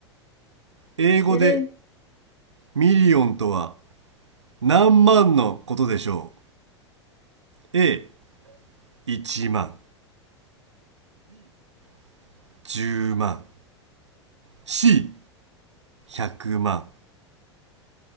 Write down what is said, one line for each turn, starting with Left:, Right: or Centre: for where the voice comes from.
Right: 英語で
Left: てれん。
Right: ミリオンとは何万のことでしょう A1 万 B10 万 C100 万